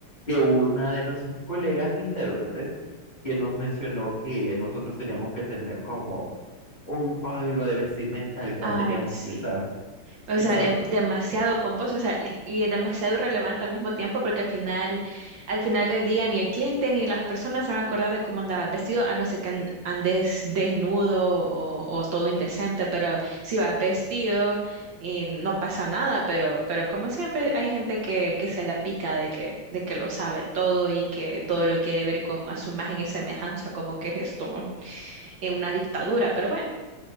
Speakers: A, on the left; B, on the right.
A: que hubo una de nuestros colegas intérpretes que nos mencionó que nosotros teníamos que tener como un código de vestimenta el cual
B: Ay,
A: teníamos
B: sí.
A: que usar.
B: O
A: Exacto.
B: sea, dem- demasiado pomposo, o sea, y, y demasiado irrelevante al mismo tiempo, porque al final, al final del día ni el cliente ni las personas se van a acordar de cómo andaba vestido, a no ser que an- andes desnudo o, o todo indecente, pero si vas vestido y no pasa nada, pero, pero como siempre hay gente que, que se la pica de que, de que lo sabe todo y que todo lo quiere ver como a su imagen y semejanza, como que es esto en una dictadura, pero